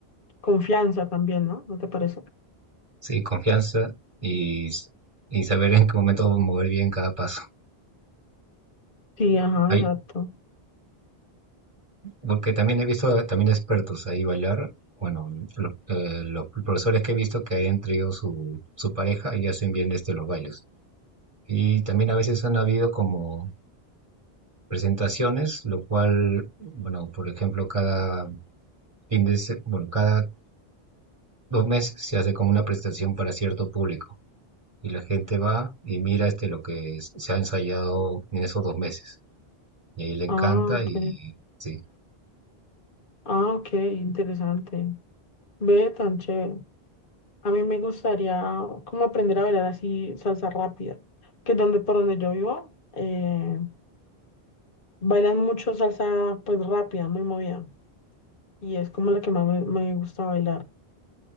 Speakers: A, on the left; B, on the right.
A: confianza también, ¿no? ¿No te parece?
B: Sí, confianza y, s- y saber en qué momento mover bien cada paso.
A: Sí, ajá,
B: Ahí,
A: exacto.
B: porque también he visto también expertos ahí bailar. Bueno, los, eh, los profesores que he visto que hayan traído su, su pareja y hacen bien este, los bailes. Y también a veces han habido como presentaciones, lo cual, bueno, por ejemplo, cada fin de se- bueno, cada dos meses se hace como una presentación para cierto público y la gente va y mira este lo que s- se ha ensayado en esos dos meses y ahí le encanta
A: Ah, ok.
B: y sí.
A: Ah, ok, interesante. Ve tan chévere. A mí me gustaría como aprender a bailar así salsa rápida, que es donde por donde yo vivo eh, bailan mucho salsa pues rápida, muy movida, y es como la que más me, me gusta bailar.